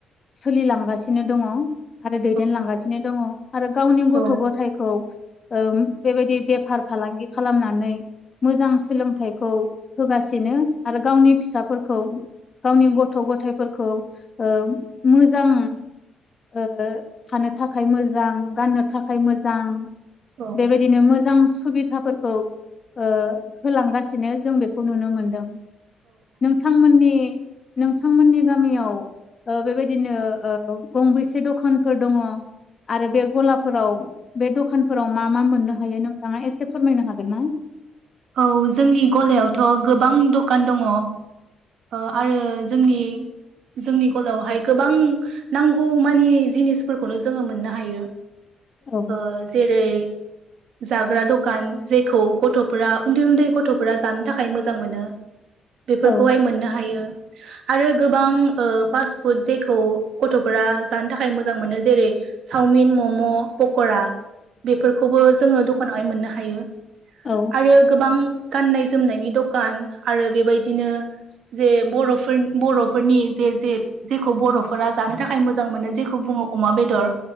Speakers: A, on the left; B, on the right.
A: सोलिलांगासिनो दङ। आरो
B: औ
A: दैदेनलांगासिनो दङ आरो गावनि
B: औ
A: गथ' गथाइखौ ओम बेबायदि बेफार फालांगि खालामनानै मोजां सोलोंथाइखौ होगासिनो आरो गावनि फिसाफोरखौ गावनि गथ' गथाइफोरखौ ओ मोजां ओ थानो थाखाय मोजां गाननो थाखाय मोजां
B: औ
A: बेबादिनो मोजां सुबिदाफोरखौ ओ होलांगासिनो जों बेखौ नुनो मोनदों नोंथांमोननि हो नोंथांमोनि गामिआव ओ बेबादिनो गंबेसे दखानफोर दङ आरो बे ग'लाफोराव बे दखानफोराव मा मा मोननो हायो नोंथांआ एसे फोरमायनो हागोन ना
B: औ जोंनि गलायावथ' गोबां दखान दङो ओ आरो जोंनि जोंनि गलावहाय गोबां नांगौ मानि जिनिसफोरखौनो जोङो मोननो हायो
A: औ
B: ओ जेरै जाग्रा द'खान जेखौ गथ'फोरा उन्दै उन्दै गथ'फोरा जानो थाखाय मोजां मोनो बेफोरखौहाय
A: औ
B: मोननो हायो आरो गोबां ओ पासपुट जेखौ गथ'फोरा जानो थाखाय मोजां मोनो जेरै साउमिन मम' फ'क'रा बेफोरखौबो जोङो दखानावहाय मोननो हायो
A: औ
B: आरो हो गोबां गाननाय जोमनायनि द'खान आरो बेबायदिनो जे बर'फोर बर'फोरनि जे जे जेखौ बर'फोरा जानो थाखाय मोजां मोनो जेखौ बुङो अमा बेदर